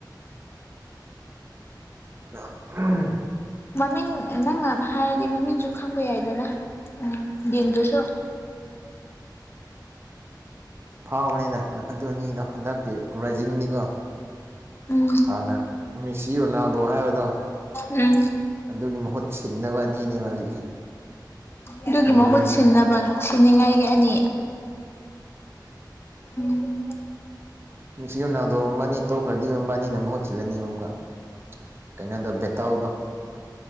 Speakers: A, on the right; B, on the left.
A: ꯔ ꯑꯍꯨ
B: ꯃꯃꯤꯡ ꯅꯪꯅ ꯍꯥꯏꯔꯗꯤ ꯃꯃꯤꯡꯁꯨ ꯈꯪꯕ ꯌꯥꯏꯗꯅ ꯎꯝ ꯌꯦꯡꯗ꯭ꯔꯁꯨ
A: ꯐꯥꯎꯕꯅꯤꯗ ꯑꯗꯨ ꯑꯅꯤꯗꯣ ꯍꯟꯗꯛꯀꯤ ꯔꯥꯏꯖꯤꯡꯅꯤꯒꯣ
B: ꯎꯝ
A: ꯍꯥꯟꯅ ꯃꯤꯁꯤ ꯔꯣꯅꯥꯜꯗꯣ ꯍꯥꯏꯕꯗꯣ
B: ꯎꯝ
A: ꯑꯗꯨꯒꯤ ꯃꯍꯨꯠ ꯁꯤꯟꯅꯕ ꯑꯅꯤꯅꯦꯕ ꯍꯧꯖꯤꯛꯁꯦ
B: ꯑꯗꯨꯒꯤ
A: ꯃꯗꯨ
B: ꯃꯍꯨꯠ
A: ꯑꯅꯤꯗꯣ
B: ꯁꯤꯟꯅꯕ ꯁꯤꯅꯤꯉꯥꯏꯒꯤ ꯑꯅꯤ ꯎꯝ
A: ꯃꯤꯁꯤ ꯔꯣꯅꯥꯜꯗꯣ ꯃꯕꯥꯅꯤ ꯇꯣꯛꯈ꯭ꯔꯗꯤ ꯃꯕꯥꯅꯤꯅ ꯃꯍꯨꯠ ꯁꯤꯜꯂꯅꯤꯕ ꯑꯃꯨꯛꯀ ꯀꯩꯅꯣꯗꯣ ꯕꯦꯇꯜꯗꯣ